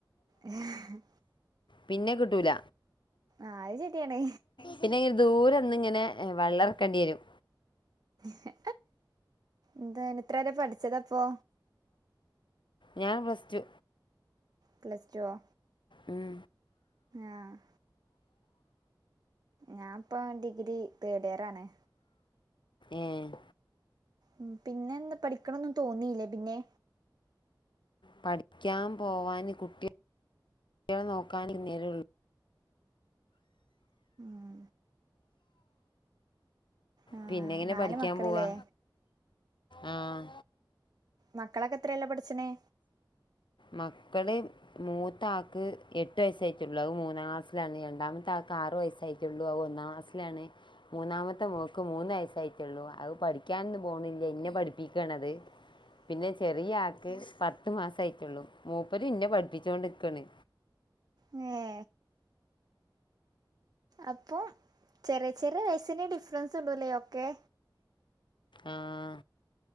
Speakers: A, on the right; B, on the left.
A: എഹ്.
B: പിന്നെ കിട്ടൂല.
A: ആഹ് അഹ് ശെര്യാണ്.
B: പിന്നെങ്ങനെ ദൂരന്ന്ങ്ങനെ വള്ളർക്കണ്ട്യരും.
A: ഹ് എന്താണ് ഇത്ര വരെ പഠ്ച്ചതപ്പോ.
B: ഞാ പ്ലസ് ടു.
A: പ്ലസ് ടുവോ.
B: ഉം.
A: ആഹ്. ഞാപ്പ ഡിഗ്രി തേഡിയറാണ്.
B: ഏഹ്.
A: ഉം പിന്നെ എന്താ പഠിക്കണന്നും തോന്നീലെ പിന്നെ.
B: പഠിക്കൻ പോവാന് കുട്ടി. ട്ട്യാളെ നോക്കാനെ നേരൊള്ളു.
A: ഉം, ആഹ്.
B: പിന്നെങ്ങനെ
A: നാല്
B: പഠിക്കാൻ
A: മക്കളില്ലേ
B: പോവാ ആഹ്.
A: മക്കളൊക്കെ എത്രേലാ പഠിച്ച്ണേ?
B: മക്കള്. മൂത്താക്ക് എട്ട് വയസ്സായിട്ടേ ഉള്ളൂ. അത് മൂന്നാം ക്ലാസിലാണ്. രണ്ടാമത്തെ ആക്ക് ആറ് വയസ്സായി. ട്ടുള്ളൂ. അത് ഒന്നാം ക്ലാസിലാണ് മൂന്നാമത്തെ മോക്ക് മൂന്ന് വയസ്സായിട്ടേ ഉള്ളൂ. അത് പഠിക്കാനൊന്നും പോണില്ല. എന്നെ പഠിപ്പിക്കണത്
A: ഉ
B: പിന്നെ ചെറിയ ആൾക്ക് പത്ത് മാസം ആയിട്ടുള്ളൂ. മൂപ്പര് എന്നെ പഠിപ്പിച്ചുകൊണ്ടിരിക്കാണ്.
A: മം അപ്പൊ ചെറിയ ചെറിയ വയസിന് ഡിഫറൻസ് ഉള്ളൂ അല്ലേ ഒക്കെ.
B: ആഹ